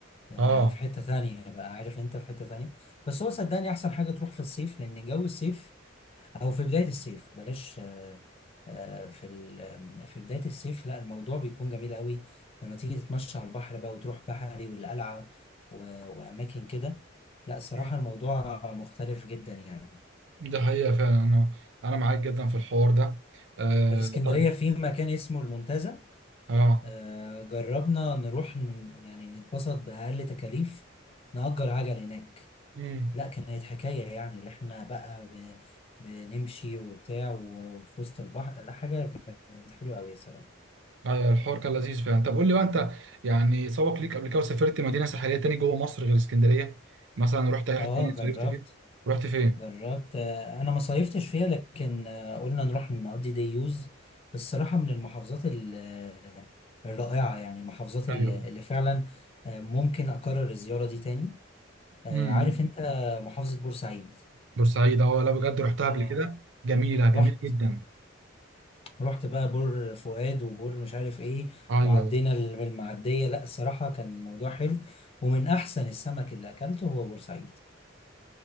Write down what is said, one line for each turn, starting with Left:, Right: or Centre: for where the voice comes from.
Left: يعني
Right: اه
Left: في حتة تانية بقى عارف انت في حتة تانية بس هو صدقني احسن حاجة تروح في الصيف لان جو الصيف او في بداية الصيف بلاش آه، آه، في ال- في بداية الصيف لا الموضوع بيكون جميل قوي لما تيجي تتمشى على البحر بقى وتروح بحري والقلعة و- واماكن كده لا صراحة
Right: مم.
Left: الموضوع مختلف جدا يعني
Right: ده حقيقة فعلا انا انا معاك جدا في الحوار ده آه
Left: ده في اسكندرية
Right: طيب
Left: في مكان اسمه المنتزه
Right: اه
Left: آه، جربنا نروح ن- يعني نتبسط بأقل تكاليف نأجر عجل هناك
Right: مم.
Left: لا كانت حكاية يعني اللي احنا بقى ب... بنمشي وبتاع و- وفي وسط البحر لا حاجة كانت حلوة أوي صراحة
Right: ايوه الحوار كان لذيذ فعلا طب قول لي بقى انت يعني سبق ليك قبل كده وسافرت مدينه ساحليه تاني جوه مصر غير اسكندريه مثلا رحت اي حته
Left: اه
Right: تاني صيفت
Left: جربت
Right: فيه رحت فين
Left: جربت آه، انا ما صيفتش فيها لكن آه، قلنا نروح نقضي ديوز الصراحة من المحافظات ال- آه، الرائعة يعني المحافظات
Right: ايوه
Left: ال- اللي فعلا آه، ممكن أكرر الزيارة دي تاني آه،
Right: امم
Left: عارف انت محافظة بورسعيد
Right: بورسعيد اه لا بجد رحتها
Left: آه،
Right: قبل كده جميله جميله
Left: رحت
Right: جدا
Left: ورحت بقى بور فؤاد وبور مش عارف ايه
Right: ايوه
Left: وعدينا
Right: ايوه
Left: ال- بالمعدية لا الصراحة كان الموضوع حلو ومن احسن السمك اللي اكلته هو بورسعيد